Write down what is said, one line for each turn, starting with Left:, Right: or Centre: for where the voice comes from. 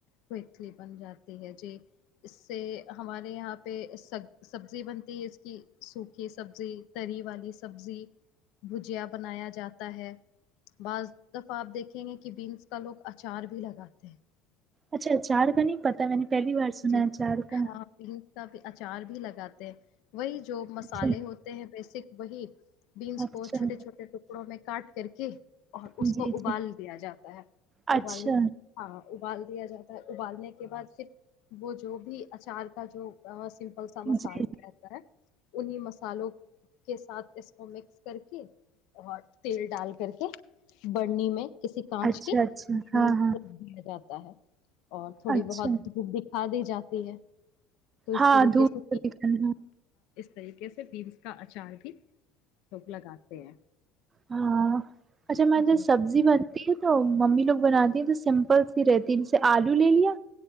Left: کوئکلی بن جاتی ہے جی اس سے ہمارے یہاں پہ س سبزی بنتی ہے اس کی سوکھی سبزی تری والی سبزی بھجیا بنایا جاتا ہے بعض دفعہ آپ دیکھیں گے کہ بینس کا لوگ اچار بھی لگاتے ہیں
Right: اچھا چار کا نہیں پتا میں نے پہلی بار سنا
Left: جی
Right: چار کا
Left: ہاں بینس کا بھی اچار بھی لگاتے ہیں وہی جو مسالے
Right: اچھا
Left: ہوتے ہیں بیسک وہی بینس
Right: اچھا
Left: کو چھوٹے چھوٹے ٹکڑوں میں کاٹ کر کے اور اس
Right: جی
Left: کو
Right: جی
Left: ابال دیا جاتا ہے
Right: اچھا
Left: ابال ہاں ابال دیا جاتا ہے ابالنے کے بعد صرھر وہ جو بھی اچار کا جو س پھل سا مسالہ
Right: جی
Left: رہتا ہے انیں مسالوں کے ساتھ اس کو مکس کر کے اور تیل ڈال کر کے بڑنی میں کسی کانچ
Right: اچھا
Left: کے
Right: اچھا
Left: بڑنی
Right: ہاں
Left: میں
Right: ہاں
Left: رکھ دیا جاتا تا ہے اور تھوڑی
Right: اچھا
Left: بہت دھوپ د دی جاتی ہے تو اس
Right: ہاں
Left: طریقے
Right: دھوپ
Left: سے
Right: نکل
Left: طریقے سے بیینس کا اچار بھی لوگ لگاتے ہیں
Right: ہاں اچھا میں تو
Left: جی
Right: سبزی بنتی ہے تو ممی لوگ بناتی ہیں تو سمپل سی رہتی ہے آلو لے لیا